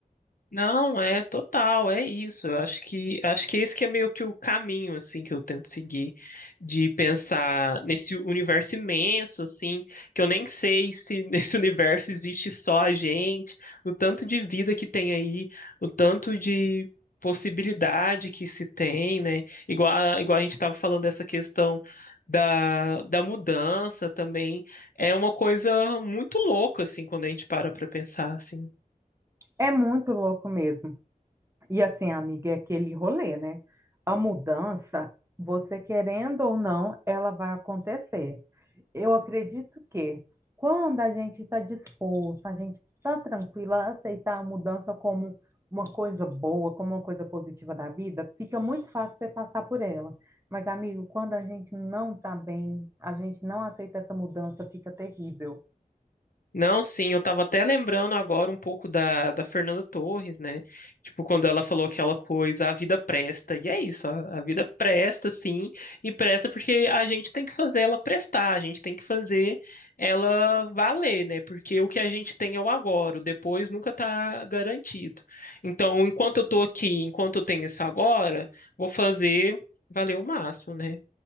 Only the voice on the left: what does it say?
Não, é total, é isso. Eu acho que acho que esse que é meio que o caminho assim que eu tento seguir de pensar nesse universo imenso assim, que eu nem sei se <laughs> nesse universo existe só a gente, o tanto de vida que tem aí, o tanto de possibilidade que se tem, né? Igual a, igual a gente estava falando dessa questão da, da mudança também, é uma coisa muito louca assim quando a gente para para pensar assim.
Não, sim, eu tava até lembrando agora um pouco da, da Fernanda Torres, né? Tipo, quando ela falou aquela coisa, a vida presta. E é isso, a, a vida presta, sim, e presta porque a gente tem que fazer ela prestar, a gente tem que fazer ela valer, né? Porque o que a gente tem é o agora, o depois nunca tá garantido. Então, enquanto eu tô aqui, enquanto eu tenho esse agora, vou fazer valer o máximo, né?